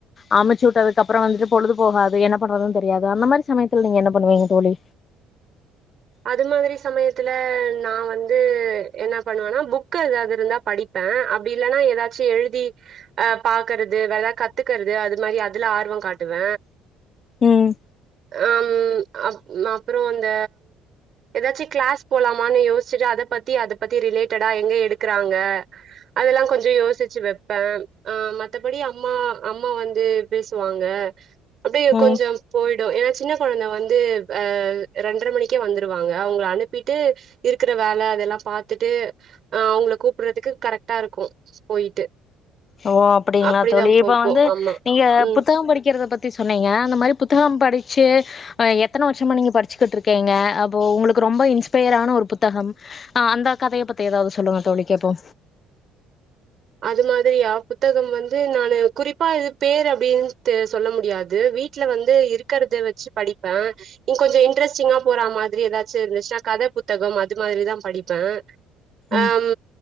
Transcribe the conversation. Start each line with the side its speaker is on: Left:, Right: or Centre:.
Left: அமுச்சூட்டதுக்கு அப்பறோ வந்துட்டு பொழுது போகாது என்ன பண்றதுன் தெரியாது அந்த மாரி சமயத்துல நீங்க என்ன பண்ணுவீங்க தோழி
Right: அது மாதிரி சமயத்துல நா வந்து என்ன பண்ணுவன்னா புக் எதாவது இருந்தா படி ப அப்டி இல்லன்னா எதாச்சி எழுதி அ பாக்கறது வேற கத்துக்கறது அது மாரி இதுல ஆர்வோ காட்டுவ
Left: ம்
Right: அம் அப் அப்பறோ அந்த எதாச்சி கிளாஸ் போலாமான்னு யோஸ்ச்சிட்டு அத பத்தி அத பத்தி ரிலேட்டடா எங்க எடுக்கறாங்க அதலா கொஞ்சோ யோசிச்சு வெப்ப ஆ மத்தபடி அம்மா அம்மா வந்து பேசுவாங்க அப்டியே
Left: ம்
Right: கொஞ்சம் போயிடு ஏன்னா சின்ன கொழந்த வந்து ரெண்ர மணிக் க்கே வந்துருவாங்க அவங்கள அனுப்பீட்டு இருக்கற வேல அதெல்லா பாத்துட்டு அ அவங்கள கூப்புறதுக்கு கரெக்டா இருக்கு போயிட்டு
Left: ஓ அப்படிங்களா
Right: அப்டிதா
Left: தோழி இப்ப
Right: போகு
Left: வந்து
Right: ஆமா
Left: நீங்க
Right: ம்
Left: புத்தகம் படிக்கறத பத் தி சொன்னீங்க அந்த மாரி புத்தகம் படிச்சு ஆ எத்தனை வருஷமா நீங்க படிச்சுக்கிட்ருக்கீங்க அப்போ உங்களுக்கு ரொம்ப இன்ஸ்பயர் ஆன ஒரு புத்தகம் ஆ அந்த கதையை பத்தி ஏதாவது சொல்லுங்க தோழி கேப்போ
Right: அது மாரியா புத்தகம் வந்து நானு குறிப்பா இது பேர் அப்படின்னு சொல்ல முடியாது வீட் வல வந்து இருக்கறத வச்சு படிப்பே இங்க கொஞ்ச இன்டரெஸ்டிங்கா போறா மாரி ஏதாச்சு இருந்துச்சுன்னா கதை புத்தகம் அது மாதிரிதா படிப்பே
Left: ம்
Right: ஆம்